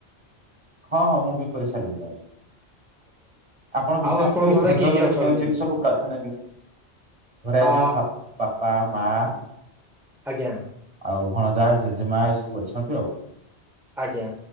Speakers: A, on the right; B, in the centre.
A: ହଁ ହଁ ମୁଁ ବି କରିସାରିଲେଣି ଆଜ୍ଞା।। ଆପଣ ବିଶେଷ
B: ଆଉ ଆପଣଙ୍କ
A: କରି
B: ଘରେ
A: ଭୋଜନରେ
B: କିଏ କିଏ ଅଛନ୍ତି?
A: କେଉଁ ଜିନିଷକୁ ପ୍ରାଧାନ୍ୟ ଦିଅ। ଘରେ ଆଜ୍ଞା
B: ଆ
A: ବାପା ମାଆ
B: ଆଜ୍ଞା।
A: ଆଉ ଭଣଜା, ଜେଜେମାଆ ଏଇ ସବୁ ଅଛନ୍ତି ଆଉ।
B: ଆଜ୍ଞା